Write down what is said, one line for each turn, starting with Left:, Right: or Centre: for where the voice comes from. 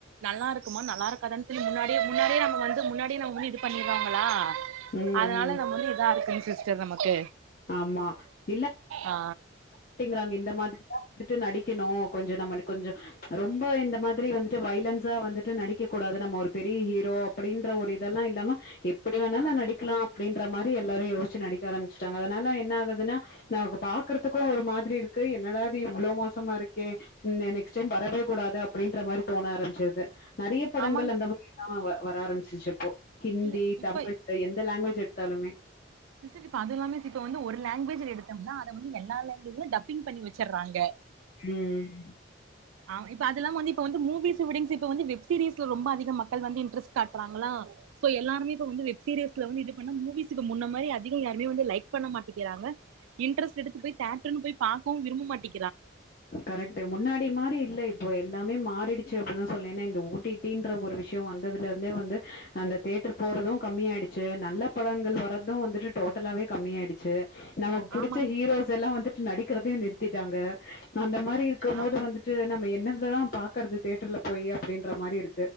Right: நல்லா இருக்குமா நல்லா இருக்காதா <inaudible> முன்னாடியே முன்னாடியே நம்ம வந்து முன்னாடியே நம்ம வந்து இது பண்ணிருவாங்களா
Left: ம்,
Right: அதனால
Left: ம்.
Right: நம்ம வந்து இதா இருக்குன்னு சிஸ் சிஸ்டர் நமக்கு
Left: ஆமா இல்ல
Right: ஆ
Left: கட்டுங்கிறாங்க இந்த மாதிரிதான் வந்துட்டு நடிக்கணும் கொஞ்சம் நம்ம கொஞ்சம் ரொம்ப இந்த மாதிரி வந்துட்டு வைலன்ஸா வந்துட்டு நடிக்கக்க கூடாது நம்ம ஒரு பெரிய ஹீரோ அப்டின்ற ஒரு இது இதெல்லாம் இல்லாம எப்டி வேணாலும்
Right: ஆ
Left: நடிக்கலாம் அப்டின்ற மாரி எல்லாரும் யோசிச்சு நடிக்க ஆரம்பச்சுடாங்க அதனால என்ன ஆகுதுன்னா நமக்கு பாக்றதுக்கும் ஒரு மாதிரி இருக்கு என்னடா இது இவ்வளவு மோசமா இருக்கே நெக்ஸ்ட் டைம் வரவே கூடாது அப்டின்ற மாரி தோண ஆரம்பச்சுருது நறைய படங்கள்
Right: ஆமாங்
Left: அந்த <unintelligible> வர ஆரம்பிச்சிச்சுப்போ ஹிந்தி
Right: இல்ல இப்ப
Left: தமிழ் எந்த லாங்குவேஜ் எது எடுத்தாலுமே
Right: சிஸ்டர் அதுல்லை மிஸ் இப்ப வந்து ஒரு லாங்குவேஜ் எடுத்தோம்னா அத வந்து எல்லா லாங்கு வேஜ் <unintelligible> டப்பிங் பண்ணி வச்சறாங்க
Left: ம்
Right: ஆ இப்ப அதெல்லாம் வந்து இப்ப வந்து மூவிஸ் விடுங்க சிஸ் இப்ப வந்து வெப்சீஸ்ல ரொம்ப அதிக மக்கள் வந்து இன்டரஸ்ட் காட்டுறாங்களா சோ எல்லாருமே இப்ப வந்து வெப்சீரியல்ஸ் வந்து இ <unintelligible> மூவிஸ்கு முன்ன மாரி அதிக யருமே லைக் பண்ண மாட்டிங்குறாங்க இன்ரஸ்டு எடுத்து போய் தேயட்டார் போய் பாக்கவும் விரும்ப மாட்டே
Left: கரெக்டு முன்னாடி முந்தி மாரி இல்ல இப்போ எல்லாமே மாறிடுச்சு இப்பலா தான் சொல்லே ஏன்னா இந்த ஒ டி டிங்கிர ஒரு விஷயம் வந்ததுல இருந்தே வந்து அந்த தேட்டர் போறதும் கம்மியாயிடுச்சு நல்ல படங்கள் வர்றதும் வந்துட்டு டோட்டலாவே கம்மியயிடுச்சு நமக்கு புடிச்ச
Right: ஆமாங்க
Left: ஹீரோஸ்
Right: சிஸ்டர்
Left: எல்லாம் வந்துட்டு நடிக்கிறதையே நிறுத்திட்டாங்க அந்த மாரி இருக்கும் மோது
Right: ஆமா
Left: வந்துட்டு நம்ம என்ன தான் பாக்குறது தேட்டர்ல போய் அப்படின்ற மாரி இருக்கு